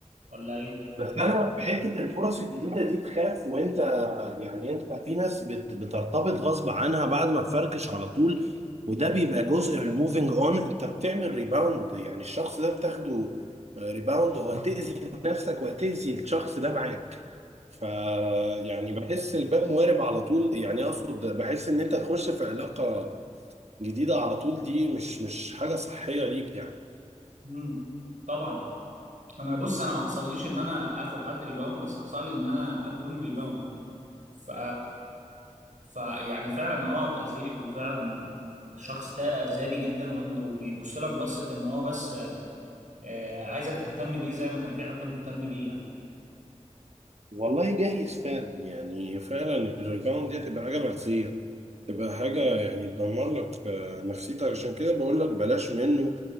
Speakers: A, on the right (about 80°); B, on the right (about 60°).
A: ولا ايه؟
B: بس انا حته الفرص الجديده دي تخاف وانت يعني انت في ناس بت بترتبط غصب عنها بعد ما تفركش على طول وده بيبقى جزء من الموفينج اون انت بتعمل ريباوند يعني الشخص ده بتاخده ريباوند وهتأذي نفسك وهتأذي الشخص ده معاك ف يعني بحس الباب موارب على طول يعني اقصد بحس ان انت تخش في علاقة جديدة على طول دي مش مش حاجة صحية ليك يعني
A: مم. طبعا انا بص انا ما حصليش ان انا اخد حد ريباوند بس حصل لي ان انا اكون ريباوند ف فيعني فعلا اه اتأذيت وفعلا الشخص ده أذاني جدا وانت وبيبص لك بصة ان هو بس آه، عايزك تهتم بيه زي ما كان في حد مهتم بيه يعني
B: والله جايز فعلا يعني فعلا الريباوند دي هتبقى حاجة مأساة تبقى حاجة يعني تدمر لك آه، نفسيتك عشان كده بقول لك بلاش منه